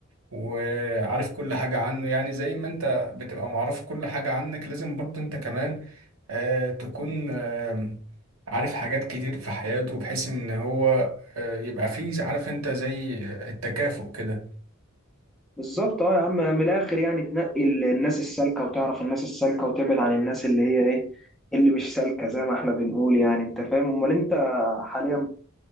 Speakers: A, on the right; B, in the centre.
A: وعارف كل حاجة عنه يعني زي ما انت بتبقى معرف كل حاجة عنك لازم برضه انت كمان آه، تكون آه، عارف حاجات كتير في حياته بحيث ان هو آه، يبقى فيه عارف انت زي التكافؤ كده
B: بالظبط اه يا عم من الاخر يعني تنقي ال- الناس السالكه وتعرف الناس السالكه وتبعد عن الناس اللي هي ايه اللي مش سالكه زي ما احنا بنقول يعني انت فاهم امال انت حاليا